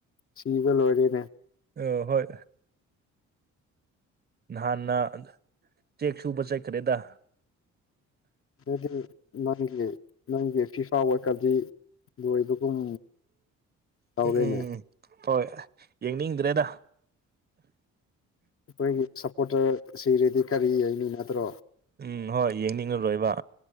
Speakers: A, on the left; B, on the right.
A: ꯁꯤꯕ ꯂꯣꯏꯔꯦꯅꯦ
B: ꯑ ꯍꯣꯏ ꯅꯍꯥꯟꯅ ꯆꯦꯛ ꯁꯨꯕ ꯆꯠꯈꯔꯦ ꯗꯥ
A: ꯑꯗꯨꯗꯤ ꯅꯪꯒꯤ ꯅꯪꯒꯤ ꯐꯤꯐꯥ ꯋꯥꯔꯟ ꯀꯞ ꯇꯤ ꯂꯣꯏꯕꯒꯨꯝ ꯇꯧꯔꯦꯅꯦ
B: ꯎꯝ ꯎꯝ ꯍꯣꯏ ꯌꯦꯡꯅꯤꯡꯗ꯭ꯔꯦꯗ
A: ꯑꯩꯈꯣꯏꯒꯤ ꯁꯞꯄꯣꯔꯇꯔ ꯁꯤꯔꯗꯤ ꯀꯔꯤ ꯌꯦꯡꯅꯤꯒꯗꯔꯣ
B: ꯎꯝ ꯍꯣꯏ ꯌꯦꯡꯅꯤꯡꯉꯔꯣꯏꯕ